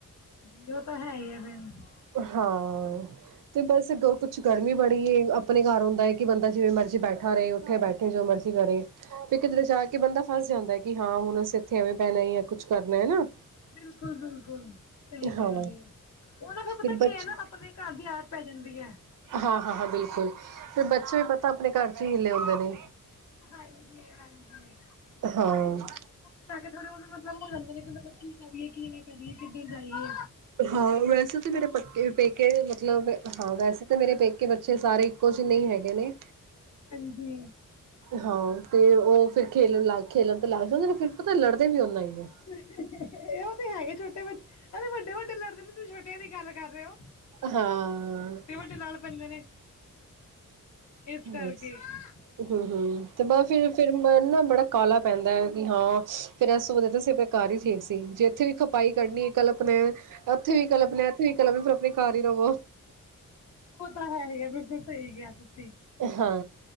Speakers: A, on the left (about 55°); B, on the right (about 65°).
A: ਤੇ, ਉਹ ਤਾ ਹੈਈਆ ਫਿਰ।
B: ਹਾਂ। ਤੇ ਬਸ ਕੁਛ ਗਰਮੀ ਬੜੀ ਏ, ਆਪਣੇ ਘਰ ਹੁੰਦਾ ਹੈ ਕਿ ਬੰਦਾ ਜਿਵੇਂ ਮਰਜ਼ੀ ਬੈਠਾ ਰਹੇ, ਉੱਠੇ, ਬੈਠੇ ਜੋ ਮਰਜ਼ੀ ਕਿਧਰੇ ਜਾਕੇ ਬੰਦਾ ਫਸ ਜਾਂਦਾ ਏ। ਕਿ ਹਾਂ, ਹੁਣ ਅਸੀਂ ਇੱਥੇ ਐਵੇਂ ਪੈਣਾ ਹੀ ਹੈ ਕੁੱਛ ਕਰਨਾ ਯਾ, ਨਾ।
A: ਬਿਲਕੁਲ-ਬਿਲਕੁਲ, ਸਹੀ ਕਹਿ
B: ਹਾਂ
A: ਰਹੇ। ਉਹਨਾਂ ਦਾ
B: ਫਿਰ
A: ਪਤਾ
B: ਬੱਚੇ
A: ਕੀ ਹੈ ਨਾ, ਆਪਣੇ ਘਰ ਦੀ ਆਦਤ ਪੈ ਜਾਂਦੀ ਹੈ।
B: ਹਾਂ, ਹਾਂ, ਹਾਂ, ਬਿਲਕੁਲ। ਫਿਰ ਬੱਚੇ ਪਤਾ ਆਪਣੇ ਘਰ'ਚ ਹੀ ਹਿੱਲੇ ਹੁੰਦੇ ਨੇ।
A: ਹਾਂਜੀ-ਹਾਂਜੀ।
B: ਹਾਂ
A: ਉੱਥੇ ਜਾਕੇ ਥੋੜੇ ਉਹ ਵੀ ਮਤਲਬ ਹੋ ਜਾਂਦੇ ਨੇ ਕਿ, ਮਤਲਬ ਕੀ ਕਰੀਏ, ਕੀ ਨਾ ਕਰੀਏ, ਕਿੱਧਰ ਜਾਈਏ।
B: ਹਾਂ, ਵੈਸੇ ਤਾਂ ਮੇਰੇ ਪੱਕੇ, ਪੇਕੇ ਮਤਲਬ ਹਾਂ ਵੈਸੇ ਤਾਂ ਮੇਰੇ ਪੇਕੇ, ਬੱਚੇ ਸਾਰੇ ਈ ਕੁਝ ਨਹੀਂ ਹੈਗੇ ਨੇ।
A: ਹਾਂਜੀ।
B: ਹਾਂ, ਤੇ ਉਹ ਫਿਰ ਖੇਲਣ ਲਾ, ਖੇਲਣ ਤੇ ਲੱਗਦੇ ਨੇ, ਫਿਰ ਪਤਾ ਲੜਦੇ ਵੀ ਓਹਨਾ ਹੀ ਨੇ।
A: ਉਹ ਤੇ ਹੈਗੇ ਛੋਟੇ ਵੇ, ਅਰੇ ਵੱਡੇ-ਵੱਡੇ ਲੜਦੇ ਨੇ, ਤੁਸੀਂ ਛੋਟਿਆਂ ਦੀ ਗੱਲ ਕਰ ਰਹੇ ਹੋ।
B: ਹਾਂ।
A: ਡੇ ਲੜ ਪੈਂਦੇ ਨੇ। ਇਸ
B: ਬਸ,
A: ਕਰਕੇ ਉਹ
B: ਹੂੰ, ਹੂੰ, ਤੇ ਬਸ ਫੇਰ, ਫੇਰ ਤੇ ਮਨ ਨਾ ਬੜਾ ਕਾਲਾ ਪੈਂਦਾ ਹੈ ਕਿ ਹਾਂ, ਫਿਰ ਇਸ ਏ ਸੋਚਦੇ ਅਸੀ ਘਰ ਹੀ ਠੀਕ ਸੀ, ਜੇ ਇੱਥੇ ਵੀ ਖਪਾਈ ਕਰਨੀ ਕਲਪਨੇ ਉੱਥੇ ਵੀ ਕਲਪਨਾ, ਇੱਥੇ ਵੀ ਕਲਪਨਾ, ਫਿਰ ਆਪਣੇ ਘਰ ਹੀ ਰ੍ਹਵੋ।
A: ਓਦਾ ਤੇ ਹੈਹੀ ਆ, ਬਿਲਕੁੱਲ ਸਹੀ ਕਿਹਾ ਤੁਸੀ।
B: ਹਾਂ